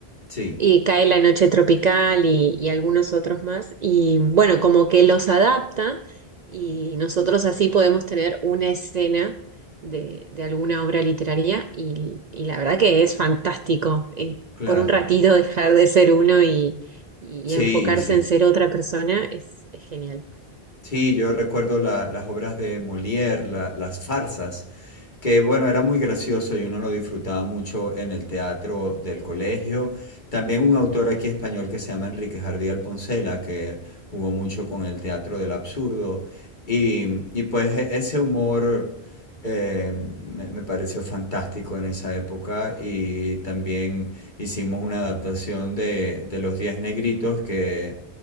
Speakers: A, on the left; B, on the right.
A: sí,
B: y Cae la Noche Tropical y, y algunos otros más. Y bueno, como que los adapta y nosotros así podemos tener una escena de, de alguna obra literaria y, y la verdad que es fantástico eh,
A: claro.
B: por un ratito dejar de ser uno y, y
A: Sí,
B: enfocarse
A: sí.
B: en ser otra persona es, es genial.
A: Sí, yo recuerdo la- las obras de Molière, la- las farsas, que bueno, era muy gracioso y uno lo disfrutaba mucho en el teatro del colegio. También un autor aquí español que se llama Enrique Jardí Alponcela, que jugó mucho con el teatro del absurdo. Y, y, pues e- ese humor eh, me, me pareció fantástico en esa época. Y también hicimos una adaptación de, de Los Diez Negritos que